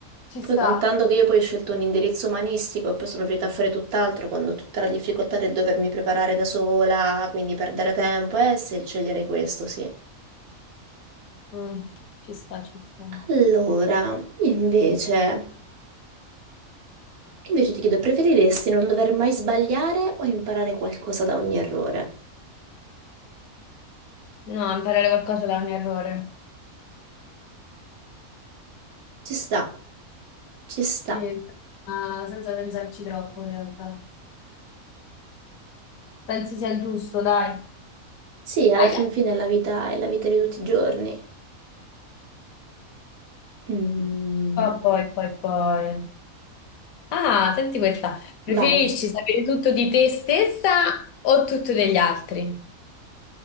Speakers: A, on the left; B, on the right.
A: ci
B: Poi
A: sta.
B: contando che io poi ho scelto un indirizzo umanistico e poi sono finita a fare tutt'altro, quando tutta la difficoltà del dovermi preparare da sola, quindi perdere tempo, eh, se sceglierei questo, sì.
A: Mm, ci sta, ci sta.
B: Allora, io invece, invece ti chiedo, preferiresti non dover mai sbagliare o imparare qualcosa da ogni errore?
A: No, imparare qualcosa da un errore.
B: Ci sta, ci sta.
A: Sì, ma senza pensarci troppo in realtà. Penso sia il giusto, dai.
B: Sì, alla
A: Aia.
B: fin fine è la vita, è la vita di tutti i giorni. Mm,
A: Poi, poi, poi, poi. Ah, senti questa. Preferisci
B: vai.
A: sapere tutto di te stessa o tutto degli altri?